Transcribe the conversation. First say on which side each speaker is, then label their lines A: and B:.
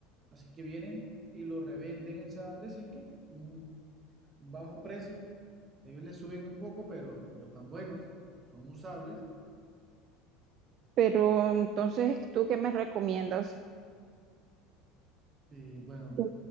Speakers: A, on the right; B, on the right.
A: Así que vienen y lo revenden en San Andresito, un, un bajo precio. Ellos les suben un poco, pero, pero están buenos, son usables.
B: Pero entonces, ¿tú qué me recomiendas?
A: Y bueno,
B: ¿Tú